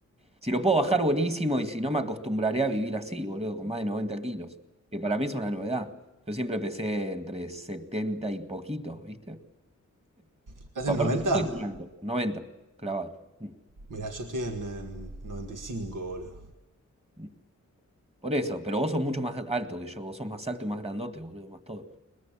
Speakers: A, on the right; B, on the right.
A: Si lo puedo bajar, buenísimo, y si no, me acostumbraré a vivir así, boludo, con más de 90 kilos, que para mí es una novedad. Yo siempre pesé entre 70 y poquitos, ¿viste?
B: ¿Estás
A: Pues
B: en
A: aparte
B: 90?
A: no soy tan alto, 90 clavado. Mm,
B: Mirá, yo estoy en, en 95, boludo.
A: mm. Por eso, pero vos sos mucho más alto que yo, vos sos más alto y más grandote, boludo, más todo.